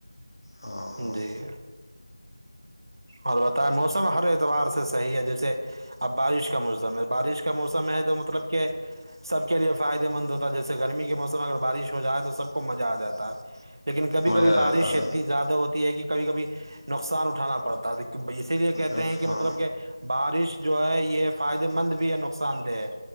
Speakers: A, on the left; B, on the right.
A: ہاں ہاں
B: جی اور و موسم ہر اعتوار سے حی ہے جیسے اب بارش کا موسم بارش کا موسم ہے تو مطلب کہ سب کے لیے فائدے مند ہوتا ہے جیسے گرمی کے موسم میں اگر بارش ہو جائے تو سب کو مزہ آ جاتا ہے لیکن کبھی
A: مزہ
B: کبھی
A: آ
B: بارش
A: جاتا ہے
B: اتنی زیادہ ہوتی ہے کہ کبھی کبھی نقصان اٹھانا پڑتا ہے دیک اسی لیے
A: بالکل
B: کہتے
A: ہاں
B: ہیں کہ مطلب کہ بارش جو ہے یہ فائدے مند بھی ہے نقصان دہ ہے